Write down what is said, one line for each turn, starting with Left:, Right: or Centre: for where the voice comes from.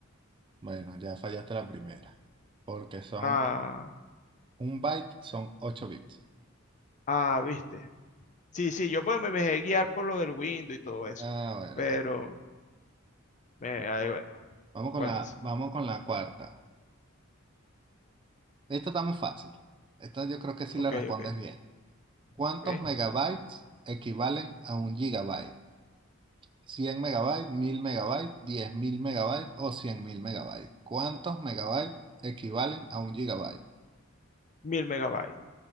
Right: Bueno, ya fallaste la primera, porque son
Left: Ah,
Right: un byte, son 8 bits.
Left: ah, viste. Sí, sí, yo pues me me dejé guiar por lo del Windows y todo eso.
Right: Ah, bueno,
Left: Pero,
Right: bueno.
Left: eh, ahí bueno.
Right: Vamos con
Left: Bueno,
Right: la,
Left: sí.
Right: vamos con la cuarta. Esta está muy fácil. Esta yo creo que sí
Left: ok,
Right: la respondes
Left: ok,
Right: bien. ¿Cuántos
Left: ok.
Right: megabytes equivalen a un gigabyte? cien megabytes, 1000 megabytes, 10.000 megabytes o 100.000 megabytes. ¿Cuántos megabytes equivalen a un gigabyte?
Left: Mil megabytes.